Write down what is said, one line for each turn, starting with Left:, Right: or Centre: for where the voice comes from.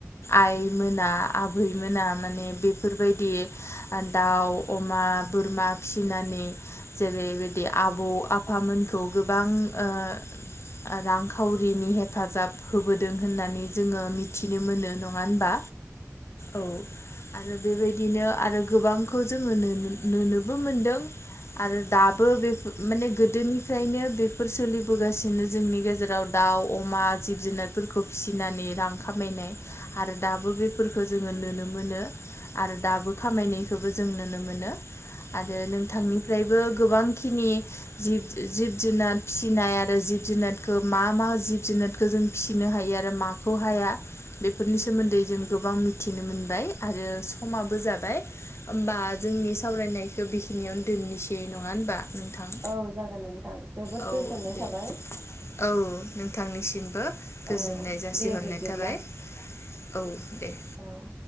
Left: आइ मोना आबैमोना माने बेफोरबायदि दाउ अमा बोरमा फिसिनानै जेरैबायदि आबौ आफामोनखौ गोबां ओ ओ रांखावरिनि हेफाजाब होबोदों होननानै जोङो मिथि बिनो मोनो नङा होनबा? औ आरो बेबायदिनो आरो गोबांखौ जोङो नो नोबो मोनदों। आरो दाबो बे माने गोदोनिफ्रायनो बेफोर सोलिबोगासिनो जोंनि गेजेराव। दाउ अमा जिब जुनारफोरखौ फिसिनानै रां खामायनाय आरो दाबो बेफोरखौ जोङो नुनो मोनो। आरो दाबो खामायनायखौबो जों नुनो मोनो। आरो नोंथांनिफ्रायबो गोबांखिनि जिब जुनाद फिसिनाय आरो जिब जुनादखौ मा मा जिब जुनाद खौ जों फिसिनो हायो आरो माखौ हाया? बेफोरनि सोमोन्दै जों गोबां मिथिनो मोनबाय आरो समाबो जाबाय ओमबा जोंनि सावरायनायखौ बेखिनियावनो दोननोसै नङा होनबा नोंथां
Right: औ जागोन नोंथां जोबोद
Left: औ
Right: गोजोननाय
Left: दे
Right: थाबाय
Left: औ नोंथांनिसिमबो गोजोननाय
Right: औ
Left: जासिहरनाय
Right: दे बिब्दिब्ला
Left: थाबाय औ दे
Right: औ